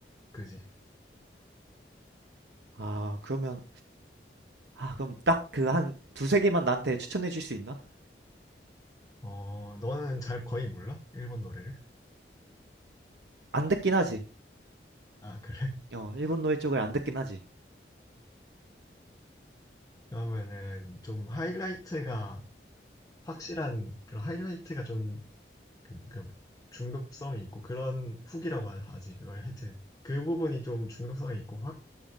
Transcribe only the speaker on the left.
그지?
어 너는 잘 거의 몰라? 일본 노래를?
아, 그래?
그러면은 좀 하이라이트가 확실한 그런 하이라이트가 좀 그, 그 중독성이 있고 그런 훅이라고 하- 지 그걸 하여튼 그 부분이 좀 중독성이 있고 확